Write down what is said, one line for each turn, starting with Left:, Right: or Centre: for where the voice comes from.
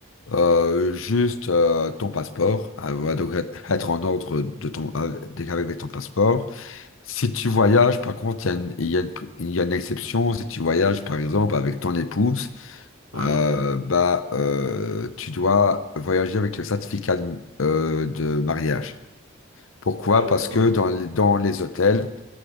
Left: Euh, juste euh, ton passeport, euh, va donc être être en ordre de ton, euh, dès qu'avec ton passeport. Si tu voyages, par contre, il y a une, il y a une- il y a une exception. Si tu voyages, par exemple, avec ton épouse,
Right: Ouais.
Left: euh, bah, euh, tu dois voyager avec le certificat de, euh, de mariage. Pourquoi?
Right: Ah, d'accord.
Left: Parce que dans les, dans les hôtels,